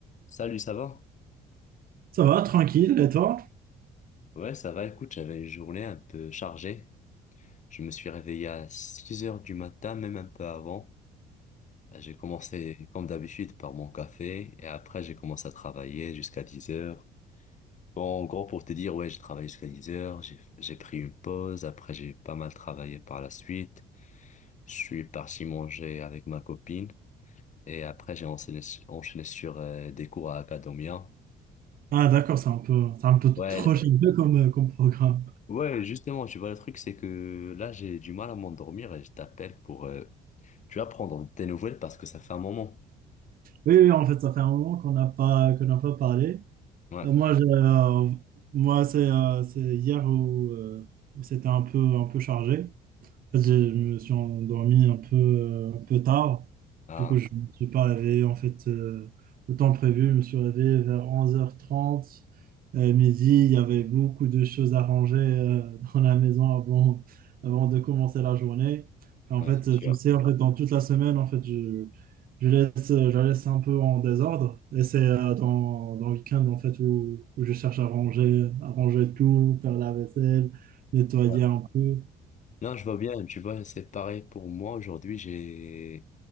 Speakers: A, on the left; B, on the right.
A: Salut, ça va?
B: Ça va, tranquille, et toi?
A: Ouais, ça va. Écoute, j'avais une journée un peu chargée. Je me suis réveillé à 6 heures du matin, même un peu avant. Bah, J'ai commencé, comme d'habitude, par mon café et après, j'ai commencé à travailler jusqu'à 10 heures. Bon, en gros, pour te dire, ouais, j'ai travaillé jusqu'à 10 heures. J'ai, j'ai pris une pause. Après, j'ai pas mal travaillé par la suite. Je suis parti manger avec ma copine et après, j'ai enchaîné, enchaîné sur euh, des cours à Acadomia.
B: Ah d'accord, c'est un peu, c'est un peu
A: Ouais,
B: trop généreux comme, euh, comme programme.
A: Ouais, justement, tu vois, le truc, c'est que là, j'ai du mal à m'endormir et je t'appelle pour, euh, tu vas prendre tes nouvelles parce que ça fait un moment.
B: Oui, oui, en fait, ça fait un moment qu'on n'a pas, qu'on n'a pas parlé.
A: Ouais.
B: Euh, moi, je- euh, moi c'est euh, c'est hier où, euh, où c'était un peu, un peu chargé. en fait, j'ai- je me suis endormi un peu, euh, un peu tard.
A: Ah,
B: Du coup, je ne me suis pas réveillé en fait euh, au temps prévu. Je me suis réveillé vers onze heures trente euh, midi, il y avait beaucoup de choses à ranger euh, <laughs> dans la maison avant, avant de commencer la journée. En
A: ouais,
B: fait,
A: c'est sûr.
B: euh, tu sais, en fait, dans toute la semaine, en fait, je, je laisse, euh, je la laisse un peu en désordre. Et c'est euh, dans, dans le week-end, en fait, où, où je cherche à ranger, à ranger tout, faire la vaisselle, nettoyer
A: Ouais.
B: un peu.
A: Non, je vois bien, tu vois, c'est pareil pour moi. Aujourd'hui, j'ai,